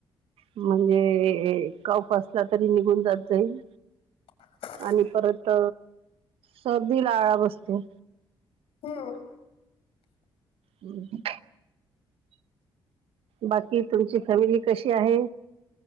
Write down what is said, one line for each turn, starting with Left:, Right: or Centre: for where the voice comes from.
Right: म्हणजे कंफ असलां तरी निघूंन जातं जाईल
Left: <unintelligible> <unintelligible>
Right: आणि परंत सर्दी लां आंळा बसतो
Left: हम्मं
Right: हम्मं बाकी तुमची फॅमिली कशी आहे